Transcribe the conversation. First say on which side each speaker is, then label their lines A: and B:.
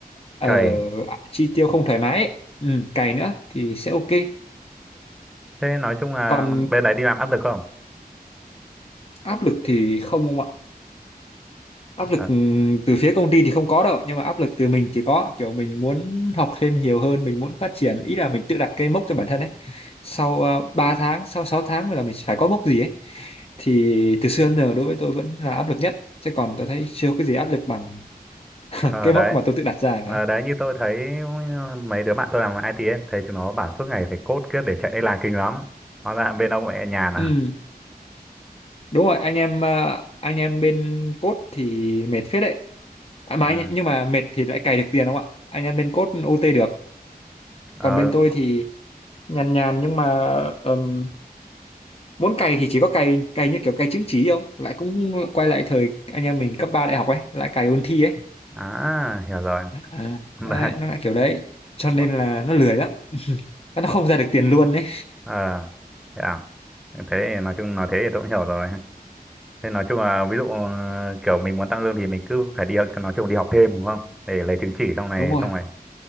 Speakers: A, on the left; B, in the centre.
A: ờ,
B: cày.
A: chi tiêu không thoải mái ấy. Ừ, cày nữa thì sẽ ok
B: Thế nói chung là
A: còn
B: bên đấy đi làm áp lực không?
A: áp lực thì không ông ạ áp lực
B: Ờ,
A: ừm, từ phía công ty thì không có đâu nhưng mà áp lực từ mình thì có kiểu mình muốn học thêm nhiều hơn mình muốn phát triển ý là mình tự đặt cây mốc cho bản thân ấy sau uh, 3 tháng sau 6 tháng là mình phải có mốc gì ấy thì từ xưa đến giờ đối với tôi vẫn là áp lực nhất chứ còn tôi thấy chưa có cái gì áp lực bằng <laughs>
B: ờ,
A: cái
B: đấy.
A: mốc mà tôi tự đặt ra
B: Ờ,
A: cả
B: đấy như tôi thấy mấy đứa bạn tôi làm i IT ấy, thấy chúng nó bảo suốt ngày phải code kiếp để chạy deadline kinh lắm. Hóa ra bên ông mẹ nhàn
A: ừ.
B: à?
A: đúng rồi anh em ờ, anh em bên code thì mệt phết đấy à, mà
B: Ừ.
A: anh, nhưng mà mệt thì lại cày được tiền đúng không ạ anh em bên code OT được
B: Ờ,
A: còn bên tôi thì nhàn nhàn nhưng mà ừm, muốn cày thì chỉ có cày cày như kiểu cày chứng chỉ không lại cũng quay lại thời anh em mình cấp 3 đại học ấy lại cày ôn thi ấy
B: à hiểu rồi.
A: à.
B: <laughs>
A: đấy,
B: Đấy.
A: nó lại kiểu đấy cho
B: Ừ.
A: nên là nó lười lắm nó không ra được tiền luôn đấy
B: Ờ. Thế à? Thế thì nói chung nói thế thì tôi cũng hiểu rồi. Thế nói chung là ví dụ ờ, kiểu mình muốn tăng lương thì mình cứ phải đi học- nói chung là đi học thêm đúng không? Để lấy chứng chỉ xong này
A: đúng rồi
B: xong này